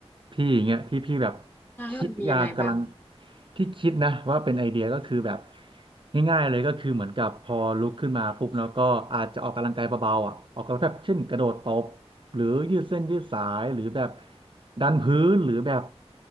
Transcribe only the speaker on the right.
พี่อย่างเงี้ยที่พี่แบบ
คิดอยากกำลังที่คิดนะว่าเป็นไอเดียก็คือแบบง่ายๆเลยก็คือเหมือนกับพอลุกขึ้นมาปุ๊บแล้วก็อาจจะออกกำลังกายเบาๆอ่ะออกกำลังแบบเช่นกระโดดตบหรือยืดเส้นยืดสายหรือแบบดันพื้นหรือแบบ